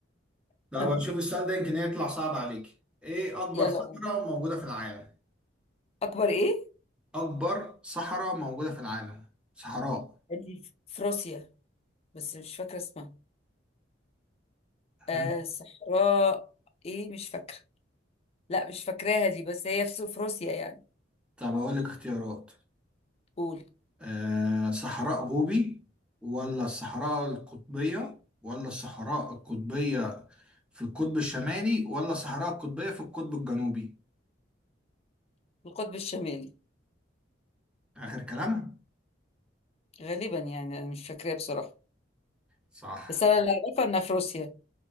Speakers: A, in the centre; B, on the left.
A: طب
B: <laughs>
A: اشوف السؤال ده يمكن يطلع صعب عليك ايه اكبر
B: يلا
A: صحراء
B: قوم
A: موجودة في العالم
B: اكبر ايه
A: اكبر صحراء موجودة في العالم صحراء
B: دي في روسيا بس مش فاكرة اسمها آه
A: مم.
B: صحراء ايه مش فاكرة لا مش فاكراها دي بس هي في في روسيا يعني
A: طب اقول لك اختيارات
B: قول
A: آه، صحراء غوبي ولا الصحراء القطبية ولا الصحراء القطبية في القطب الشمالي ولا الصحراء القطبية في القطب الجنوبي
B: في القطب الشمالي
A: آخر كلام
B: غالبا يعني انا مش فاكراها بصراحة
A: صح
B: بس انا اللي اعرفها انها في روسيا